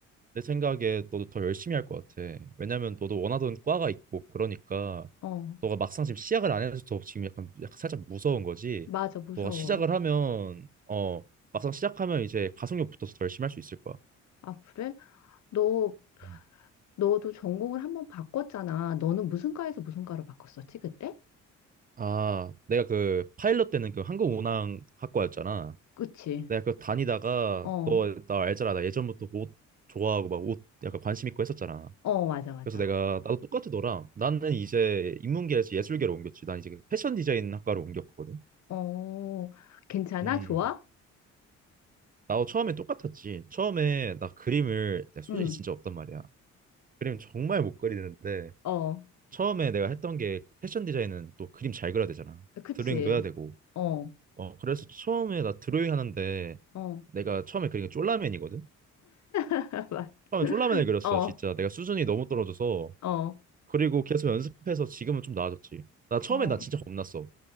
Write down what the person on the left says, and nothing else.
어,
맞아, 무서워.
아, 그래? 너
너도 전공을 한번 바꿨잖아. 너는 무슨 과에서 무슨 과로 바꿨었지, 그때?
그치?
어,
어, 맞아, 맞아.
어, 괜찮아?
좋아?
응,
어,
그치?
어,
어,
<laughs>
어,
어,
어,